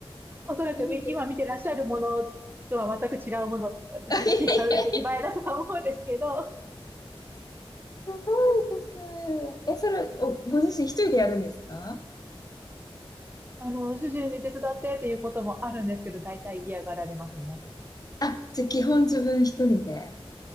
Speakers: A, on the right (about 20°); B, on the left (about 40°).
A: おそらくみ今見てらっしゃるものとは全く違うもの、
B: <laughs>
A: 全く違う出来栄えだとは思うんですけど、
B: いやいやすごいです。え、それ、お、ご自身一人でやるんですか
A: あの、主人に手伝ってっていうこともあるんですけど、大体嫌がられますね。
B: あ、じゃあ基本自分一人で。